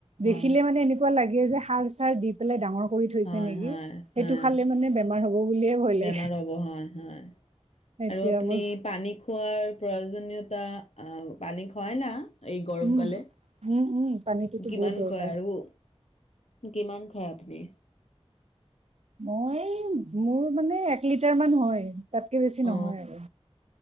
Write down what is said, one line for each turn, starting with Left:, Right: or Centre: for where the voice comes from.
Left: হয়
Right: দেখিলে মানে এনেক এনেকুৱা লাগে যে সাৰ চাৰ দি পেলাই ডাঙৰ হৈ থৈচে
Left: হয়
Right: নেকি,
Left: হয়
Right: সেইটো
Left: হয়
Right: খালে মানে বেমাৰ হ হব বুলিয়ে ভয়
Left: বেমাৰ
Right: লাগে।
Left: হ'ব হয় হয়,
Right: এতিয়া
Left: আৰু আপুনি
Right: বছ
Left: পানী খো খোৱাৰ প্ৰয়োজনীয়তা, আঁ পানী খুৱায় না এই গৰম
Right: উম
Left: কালে,
Right: উম উম পানীটোতো
Left: কিমান
Right: বহুত দৰকাৰ
Left: কয় আৰু কিমান খাই আপুনি?
Right: মই মোৰ মানে এক লিটাৰ মান হয়। তাতকে বেছি নহয়
Left: অ
Right: আৰু